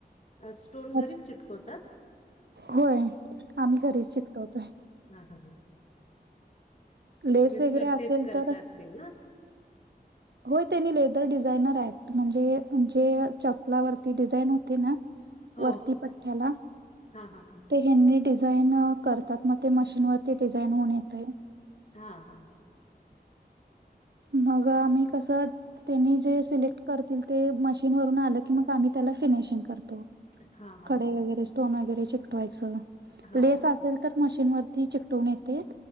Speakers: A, on the left (about 40°); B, on the right (about 85°).
A: स्टोन घरीच
B: अच्छा.
A: चिटकवतात.
B: होय आम्ही घरीच चिकटवतोय.
A: ह
B: लेस
A: मिस्टर
B: वगैरे असेल
A: तेच करत
B: तर
A: असतील ना.
B: होय त्यांनी लेदर डिझायनर आहेत म्हणजे जे चपलावरती डिझाईन होते ना.
A: हो.
B: वरती पट्याला.
A: हां, हां, हां.
B: हनी डिझाईन करतात मग ते मशीन वरती डिझाईन होऊन येते.
A: हा हा हा.
B: मग आम्ही कस. त्यांनी जे सिलेक्ट करतील ते मशीनवरून आलं की मग आम्ही त्याला फिनिशिंग करतो.
A: हां, हां,
B: कडे
A: हां.
B: वगैरे स्टोन वगैरे चिकटवायचं
A: हां,
B: लेस
A: हां.
B: असेल तर. मशीन वरती चिकटवून येते.